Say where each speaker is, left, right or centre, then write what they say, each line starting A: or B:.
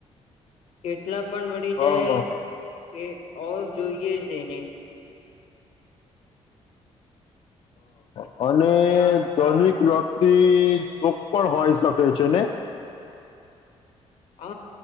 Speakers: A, on the left; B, on the left.
A: કેટલા પણ મળી
B: હા
A: જાય કે ઓ જોઈએ જ એને
B: હ અને
A: આ
B: ધોનિક
A: હા
B: વક્ત થી દુઃખ પણ હોય શકે છે ને
A: હ